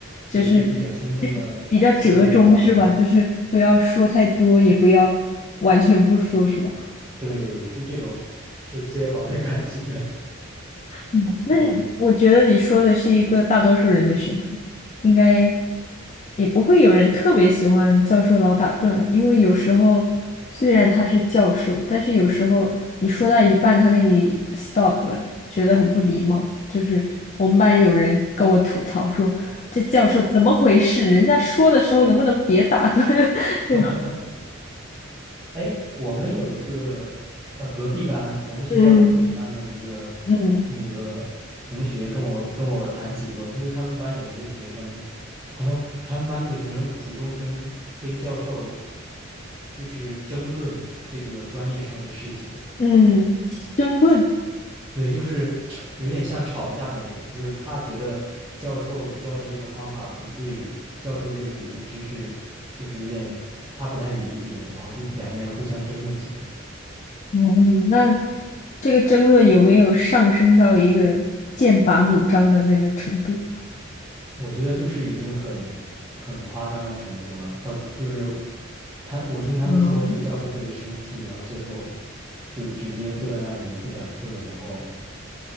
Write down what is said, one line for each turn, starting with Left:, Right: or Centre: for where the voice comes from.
Left: 就是
Right: 对，就比较轻松的，
Left: <laughs> 比较折中是吧？
Right: 随便聊聊啊什么，
Left: 就是不要说太多，也不要完全不说是吧？
Right: 对，就这种是最好的感觉，
Left: 嗯，
Right: <laughs>
Left: 那我觉得你说的是一个大多数人的选择，
Right: 嗯，
Left: 应该也不会有人特别喜欢教授老打断，因为有时候虽然他是教授，但是有时候你说到一半，他给你 stop 了，觉得很不礼貌。就是我们班有人跟我吐槽说，这教授怎么回事？人家说的时候能不能别打盹？<laughs> 这吧？
Right: <laughs> 哎，我们有一个呃隔壁班，我们学校隔壁班的一个
Left: 嗯嗯
Right: 那个同学跟我跟我谈起过，就是他们班有一个学生，他们他们班那个学生主动跟跟教授就是争论这个专业上的事情，
Left: 嗯。争论。
Right: 对，就是吵，有点像吵架那种，就是他觉得教授教的这个方法不对，教授这个理论知识就是有点他不太理解，然后就两个人互相争论起来。
Left: 哦，那这个争论有没有上升到一个剑拔弩张的那个程度？
Right: 我觉得就是已经很很夸张的程度了，到就是他，我听他们说这个教授特别生气，
Left: 嗯
Right: 然后最后就直接坐在那里也不讲课，然后